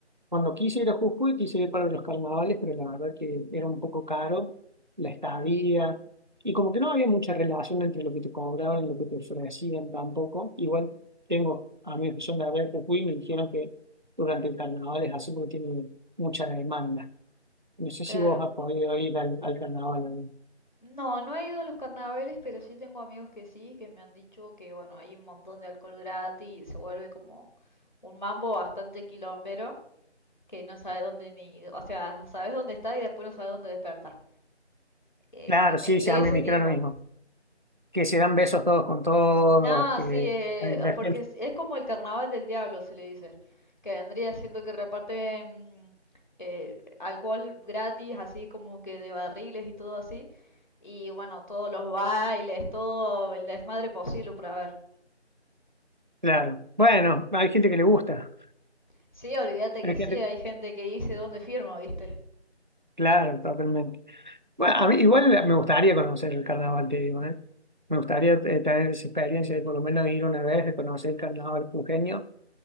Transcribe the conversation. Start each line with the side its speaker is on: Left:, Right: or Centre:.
Right: cuando quise ir a Jujuy quise ir para los carnavales, pero la verdad que era un poco caro la estadía. Y como que no había mucha relación entre lo que te cobraban y lo que te ofrecían tampoco. Igual tengo amigos que son de acá de Jujuy y me dijeron que durante el carnaval es así porque tiene mucha demanda. No sé
Left: claro.
Right: si vos has podido ir al, al carnaval. ¿no?
Left: No, no he ido a los carnavales, pero sí tengo amigos que sí, que me han dicho que bueno, hay un montón de alcohol gratis y se vuelve como un mambo bastante quilombero que no sabe dónde ni, o sea, sabes dónde está y después no sabe dónde despertar. Eh,
Right: Claro,
Left: en-
Right: sí,
Left: e, de
Right: sí, a
Left: ese
Right: mí me dijeron
Left: tipo.
Right: lo mismo. Que se dan besos todos con todos,
Left: No,
Right: que
Left: sí, eh,
Right: la
Left: porque
Right: gente
Left: es, es como el carnaval del diablo, se le dice, que vendría siendo que reparten mm, eh, alcohol gratis, así como que de barriles y todo así, y bueno, todos los bailes, todo el desmadre posible para ver.
Right: Claro. Bueno, hay gente que le gusta.
Left: Sí, olvídate que
Right: Hay
Left: sí,
Right: gente...
Left: hay gente que dice dónde firma, ¿viste?
Right: Claro, totalmente. Bueno, a mí igual me gustaría conocer el carnaval, te digo, ¿eh? Me gustaría eh, tener esa experiencia de por lo menos ir una vez de conocer el carnaval pujeño.